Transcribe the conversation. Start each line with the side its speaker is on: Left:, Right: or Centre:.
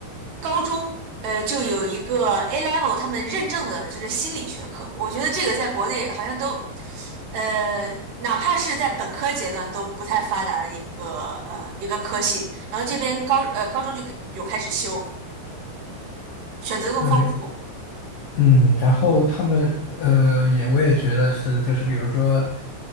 Right: 高中，呃，就有一个 A level，他们认证的就是心理学课。我觉得这个在国内好像都，呃，哪怕是在本科阶段都不太发达的一个呃一个科系。然后这边高呃高中就给有开始修，选择更丰富。
Left: 对，嗯，然后他们呃也我也觉得是，就是比如说